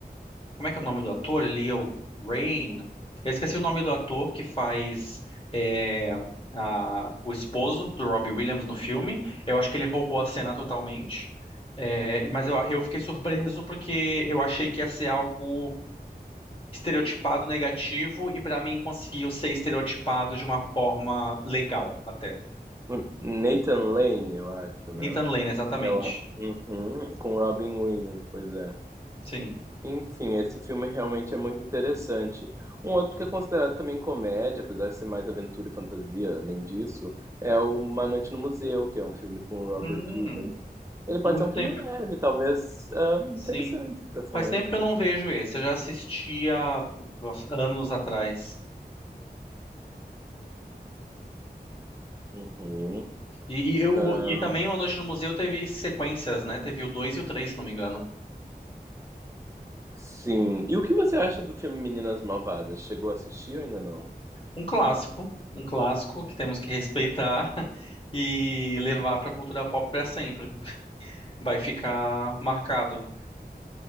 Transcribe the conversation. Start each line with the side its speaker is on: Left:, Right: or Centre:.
Left: Como é que é o nome do ator? Ele é o Rain. Eu esqueci o nome do ator que faz é, a- o esposo do Robbie Williams no filme. Eu acho que ele roubou a cena totalmente. É, e- mas eu, eu fiquei surpreso porque eu achei que ia ser algo estereotipado negativo e pra mim conseguiu ser estereotipado de uma forma legal até.
Right: Hum, Nathan Lane, eu acho, né?
Left: Nathan Lane, exatamente.
Right: É o, uhum, com Robin Williams, pois é.
Left: Sim.
Right: Enfim, esse filme realmente é muito interessante. Um outro que é considerado também comédia, apesar de ser mais aventura e fantasia, além disso, é o Uma Noite no Museu, que é um filme com o Robert
Left: Hum,
Right: Williams. Ele pode
Left: muito
Right: ser um filme
Left: tempo.
Right: leve, talvez ah, interessante
Left: Sim.
Right: para essa
Left: Faz
Right: noite.
Left: tempo que eu não vejo esse. Eu já assisti há nossa, anos atrás.
Right: Uhum.
Left: E, e eu,
Right: Ah,
Left: e também Uma Noite no Museu teve sequências, né? Teve o 2 e o 3, se não me engano.
Right: sim. E o que você acha do filme Meninas Malvadas? Chegou a assistir ou ainda não?
Left: Um clássico, um clássico que temos que respeitar <laughs> e levar pra cultura pop pra sempre. Vai ficar marcado.